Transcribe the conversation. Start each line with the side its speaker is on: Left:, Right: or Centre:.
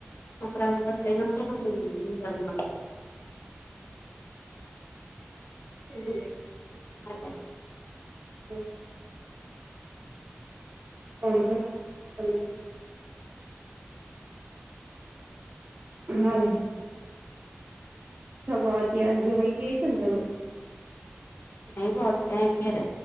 Left: અરા રસ્ એનો કેમાં <unintelligible>
Right: એ <unintelligible>
Left: હા <unintelligible>
Right: હ <unintelligible> <inaudible> હા સગ ત્યાં જવાઈ ગય છે ને સગ
Left: ન બ કેરે